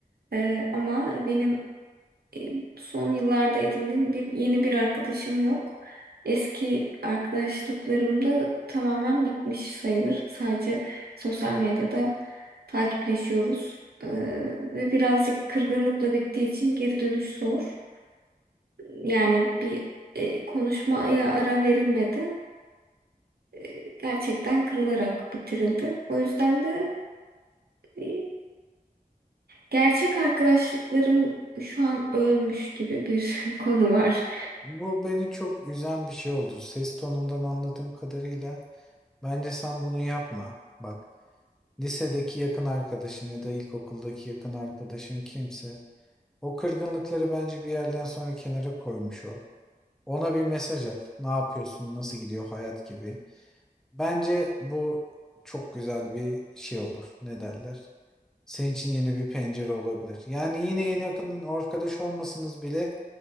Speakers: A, on the right; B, in the centre.
A: E, ama benim e, son yıllarda edindiğim bir yeni bir arkadaşım yok. Eski arkadaşlıklarım da tamamen bitmiş sayılır. Sadece sosyal medyada takipleşiyoruz. E, ve birazcık kırgınlıkla bittiği için geri dönüş zor. Yani bir e, konuşmaya ara verilmedi. E, gerçekten kırılarak bitirildi. O yüzden de e, gerçek arkadaşlıklarım şu an ölmüş gibi bir <laughs> konu var.
B: Bu beni çok üzen bir şey oldu. Ses tonundan anladığım kadarıyla bence sen bunu yapma. Bak, lisedeki yakın arkadaşın ya da ilkokuldaki yakın arkadaşın kimse o kırgınlıkları bence bir yerden sonra kenara koymuş ol. Ona bir mesaj at. Ne yapıyorsun? Nasıl gidiyor hayat gibi. Bence bu çok güzel bir şey olur. Ne derler? Senin için yeni bir pencere olabilir. Yani yine yeni yakın arkadaş olmasanız bile